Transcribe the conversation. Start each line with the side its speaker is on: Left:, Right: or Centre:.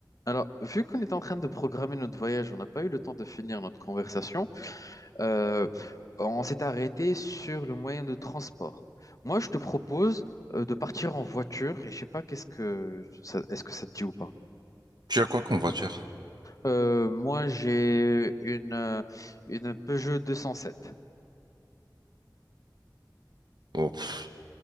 Left: Alors, vu qu'on est en train de programmer notre voyage, on n'a pas eu le temps de finir notre conversation. euh, on s'est arrêté sur le moyen de transport. Moi, je te propose euh, de partir en voiture et je sais pas qu'est-ce que ça- est-ce que ça te dit ou pas.
Right: Tu as quoi comme voiture?
Left: Euh, moi, j'ai une euh, une Peugeot 207.
Right: Oh, pff,